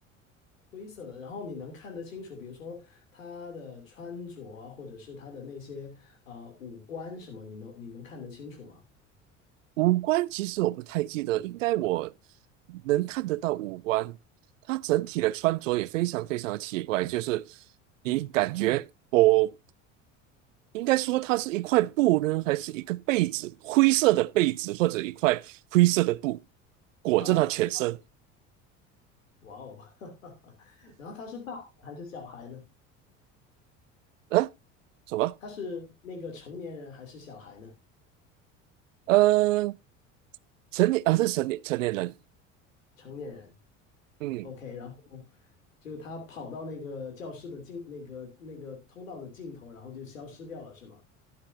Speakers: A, on the left; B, on the right.
A: 灰色的，然后你能看得清楚，比如说他的穿着啊，或者是他的那些呃五官什么，你能你能看得清楚吗？
B: 五官其实我不太记得，应该我能看得到五官。他整体的穿着也非常非常的奇怪，就是你感觉我
A: 嗯。
B: 应该说它是一块布呢，还是一个被子，灰色的被子或者一块灰色的布裹着他全身
A: 啊啊哇哦，<laughs> 然后他是大人还是小孩呢？
B: 啊？什么？
A: 他是那个成年人还是小孩呢？
B: 呃，成年啊是成年成年人，
A: 成年人
B: 嗯，
A: ，OK。然后就他跑到那个教室的尽那个那个通道的尽头，然后就消失掉了，是吗？